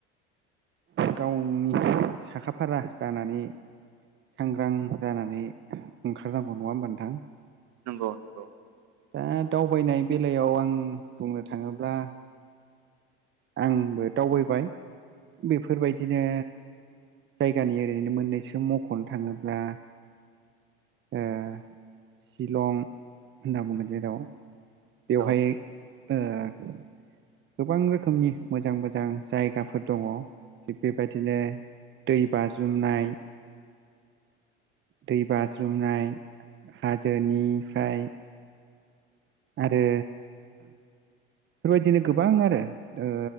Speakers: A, on the right; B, on the right.
A: गावनि साखा फारा जानानै सांग्रां जानानै ओंखारनांगौ नङा होमबा नोंथां?
B: नंगौ नंगौ।
A: दा दावबायनाय बेलायाव आं बुंनो थाङोब्ला आंबो दावबायबाय बेफोरबायदिनो जायगानि ओरैनो मोननैसो मख'नो थाङोब्ला ओ सिलं होनना बुंगोन जेेराव बेवहाय
B: औ
A: ओ गोबां रोखोमनि मोजां मोजां जायगाफोर दङ' थिग बेबायदिनो दै बाज्रुमनाय, दै बाज्रुमनाय हाजोनिफ्राय आरो बेफोरबायदिनो गोबां आरो ओ